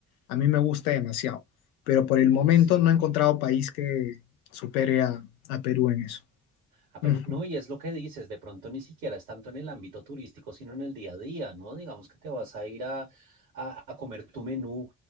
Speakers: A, on the left; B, on the right.
A: A mí me gusta demasiado, pero por el momento
B: Sí.
A: no he encontrado país que supere a, a Perú en eso.
B: A
A: Ujú,
B: Perú, no, y es lo que dices, de pronto ni siquiera es tanto en el ámbito turístico, sino en el día a día, ¿no? Digamos que te vas a ir a, a, a comer tu menú